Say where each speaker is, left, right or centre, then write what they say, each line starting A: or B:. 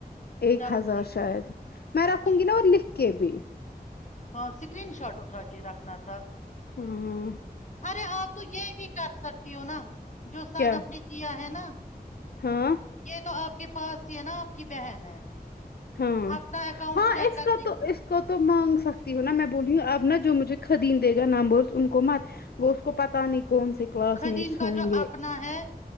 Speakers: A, on the left (about 80°); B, on the left (about 50°).
A: ایک
B: چلو
A: ہزار
B: ٹھیک
A: شاید میں رکھوں
B: ٹھیک
A: گی نہ اور لکھ کے بھی
B: ہاں اسکرین شاٹ اٹھا کے رکھنا تھا
A: ہمممم
B: ارے آپ تو یہ بھی کر سکتی ہو نہ جو ساتھ
A: کیا
B: اپ نے کیا ہے نہ
A: ہاں
B: یہ تو آپ کے پاس ہی ہے نہ آپ کی بہن ہے
A: ہاں
B: اپنا اکاؤنٹ
A: ہاں
B: چیک
A: اس
B: کرنے
A: کا
B: کی
A: تو اس تو مانگ سکتی ہو نہ میں بولی ہوں اب نہ جو مجھے قدیم دیگا نمبرز ان کو مت وہ اس کو پتا نہیں کون سے کلاس
B: قدیم
A: میٹس
B: کا
A: ہوں
B: جو
A: گے
B: اپنا ہے